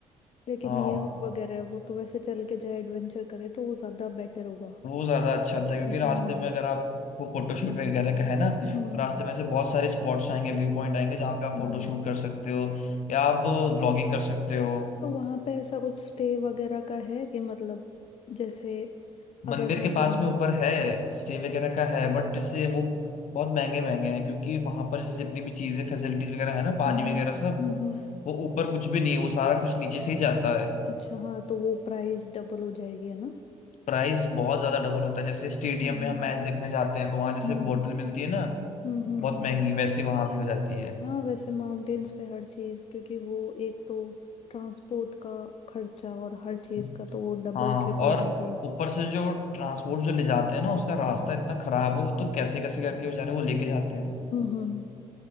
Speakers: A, on the left (about 50°); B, on the left (about 65°).
A: लेकिन
B: हाँ
A: यंग वगैरह है, वो तो वैसे चल के जाए एडवेंचर करे तो वो ज्यादा बेटर होगा
B: वो ज्यादा अच्छा था क्योंकि
A: हम्म
B: रास्ते में अगर आपको फोटोशूट वगैरह का है ना
A: हम्म
B: तो रास्ते में से बहुत सारे स्पॉट्स आएंगे व्यू पॉइंट आएंगे जहाँ पे आप
A: हम्म
B: फोटोशूट कर सकते हो या आप व्लॉगिंग कर सकते हो
A: तो वहां पे ऐसा कुछ स्टे वगैरह का है कि मतलब जैसे
B: मंदिर
A: अगर मैं
B: के
A: जाऊं
B: पास में ऊपर है स्टे वगैरह का है बट जैसे वो बहुत महंगे महंगे हैं क्योंकि वहां पर जैसे जितनी भी चीजें फैसिलिटीज वगैरह है ना पानी
A: हम्म
B: वगैरह सब
A: हम्म हम्म
B: वो ऊपर कुछ भी नहीं है, वो सारा कुछ नीचे से ही जाता है
A: अच्छा हाँ तो वो प्राइस डबल हो जाएगी है ना
B: प्राइस बहुत ज्यादा डबल होता है जैसे स्टेडियम
A: हम्म
B: में हम मैच देखने जाते हैं तो वहां
A: हम्म
B: जैसे
A: हम्म
B: बोतल मिलती है ना
A: हम्म हम्म
B: बहुत
A: हम्म।
B: महंगी वैसी वहां भी हो जाती
A: हाँ वैसे माउंटेन्स पे हर चीज क्योंकि वो एक तो ट्रांसपोर्ट का खर्चा और हर चीज
B: है
A: का तो वो डबल
B: हाँ
A: ट्रिपल
B: और
A: करके ही।
B: ऊपर से जो ट्रांसपोर्ट जो ले जाते हैं ना उसका रास्ता इतना खराब है वो तो कैसे कैसे करके बेचारे वो लेके जाते हैं
A: हम्म हम्म